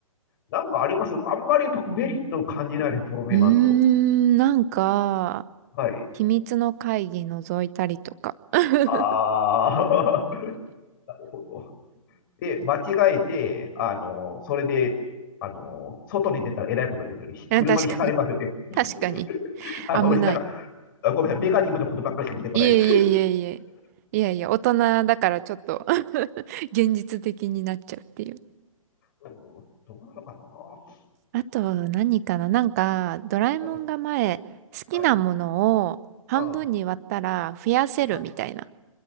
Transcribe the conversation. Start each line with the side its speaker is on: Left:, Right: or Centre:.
Left: なんかありますあんまり僕メリットを感じないです、透明マンと。
Right: う。うーん、なんか、
Left: はい。
Right: 秘密の会議覗いたりとか。<laughs> う
Left: あー、<laughs> なるほど。で、間違えて、あの、それで、あの、外に出たらえらいことですよね。ひ車にひかれますよね。
Right: ん確かに。
Left: <laughs>
Right: 確かに。
Left: あ、
Right: 危ない。
Left: ごめんなさい。なんか、あごめんなさい。ネガティブなことばっかりしか出てこないです。
Right: いえいえいえいえ。いやいや、大人だからちょっと <laughs> 現実的になっちゃうっていう。
Left: うんどうなのかな
Right: あと何かななんか、ドラえもんが前、
Left: うん
Right: 好きなものを半分に割ったら増やせるみたいな。
Left: はい。うん。あ、あ